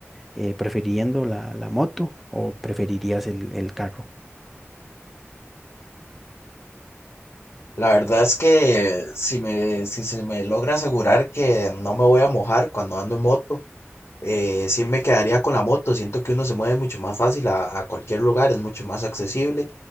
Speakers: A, in the centre; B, on the left.
A: eh, prefiriendo la, la moto o preferirías el, el carro?
B: La verdad es que si me, si se me logra asegurar que no me voy a mojar cuando ando en moto, eh, sí me quedaría con la moto. Siento que uno se mueve mucho más fácil a, a cualquier lugar, es mucho más accesible.